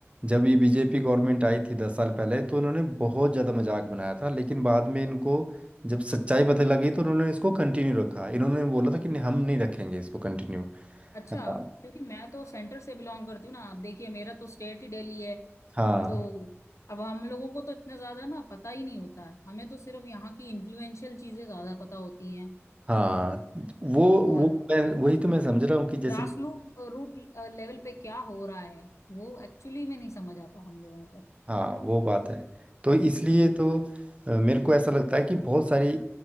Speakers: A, on the right; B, on the left.
A: जब ये बीजेपी गवर्नमेंट आई थी दस साल पहले तो उन्होंने बहुत ज़्यादा मजाक बनाया था लेकिन बाद में इनको जब सच्चाई पता लगी तो उन्होंने इसको कंटिन्यू रखा इन्होंने बोला था कि नहीं, हम नहीं रखेंगे इसको कंटिन्यू
B: अच्छा
A: हाँ
B: क्योंकि मैं तो सेंटर से बिलोंग करती हूँ ना आप देखिए मेरा तो स्टेट ही दिल्ली है
A: हाँ
B: तो अब हम लोगों को तो इतना ज्यादा ना पता ही नहीं होता है हमें तो सिर्फ यहाँ की इन्फ्लुएंशियल चीजें ज्यादा पता होती हैं
A: हाँ, वो
B: और
A: वो मैं वही तो मैं समझ रहा हूँ कि जैसे
B: ग्रास रूट रूट लेवल पे क्या हो रहा है वो एक्चुअली में नहीं समझ आता हम लोगों को
A: हाँ वो बात है तो इसलिए
B: हम्म,
A: तो अ, मेरे को ऐसा लगता है कि बहुत सारी